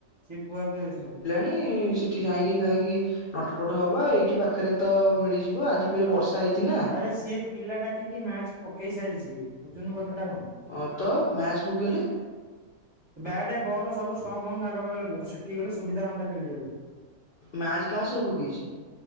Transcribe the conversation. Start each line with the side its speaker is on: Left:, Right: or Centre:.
Right: ସିଏ କୁହା କୁହି ହେଇଛନ୍ତି।
Left: ନାଇଁ ସେଠି କାଇଁକି କାହିଁକି ନଟପଟ ହବ ଏଇଠି ପାଖରେ ତ ମିଳିଯିବ ଆଜି ଫେରେ ବର୍ଷା ହେଇଛି ନା।
Right: ଆ ସିଏ ପିଲାଟା ଡାକି କି ମ୍ୟାଚ ପକେଇ ସାରିଛି। ବୁଝୁନୁ କଥା ଟା କଣ?
Left: ହଁ ତ ମ୍ୟାଚ୍ ପକେଇଲେ?
Right: ବ୍ୟାଟ ବଲ ସବୁ ଷ୍ଟମ୍ ଫମ୍ପ ତାଙ୍କ ପାଖରେ ରୁହେ ତ ସେଠିକି ଗଲେ ସୁବିଧା ହୁଅନ୍ତା ଖେଳିବାକୁ।
Left: ମ୍ୟାଚ୍ କାହା ସହ ପକେଇଛି?